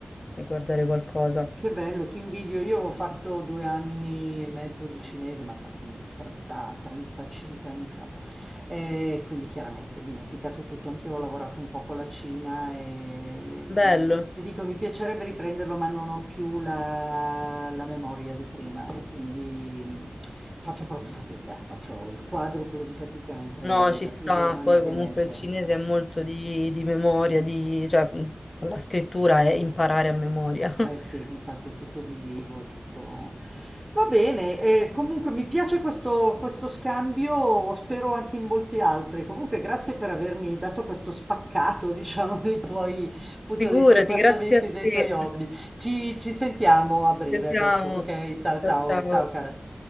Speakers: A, on the left; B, on the right.
A: e guardare qualcosa.
B: Che bello, ti invidio. Io ho fatto due anni e mezzo di cinese, ma ta- mm, 30, 35 anni fa. E quindi chiaramente dimenticato tutto. Anch'io ho lavorato un po' con la Cina e
A: Bello.
B: mm, ti dico, mi piacerebbe riprenderlo, ma non ho più la, la memoria di prima e quindi mm, faccio proprio fatica, faccio il quadruplo di fatica, mentre
A: No, ci
B: da
A: sta,
B: più giovane
A: poi
B: ovviamente
A: comunque il cinese
B: eh,
A: è molto di, di memoria, di, cioè la scrittura è imparare a memoria. <laughs>
B: Eh sì, infatti è tutto visivo, è tutto... Va bene, eh, comunque mi piace questo, questo scambio, spero anche in molti altri. Comunque grazie per avermi dato questo spaccato, <laughs> diciamo, dei tuoi, appunto,
A: Figurati,
B: dei tuoi passamenti,
A: grazie a
B: dei
A: te.
B: tuoi hobby. Ci, ci sentiamo a breve
A: Sentiamo.
B: adesso, ok? Ciao
A: Ciao
B: ciao,
A: ciao.
B: ciao cara.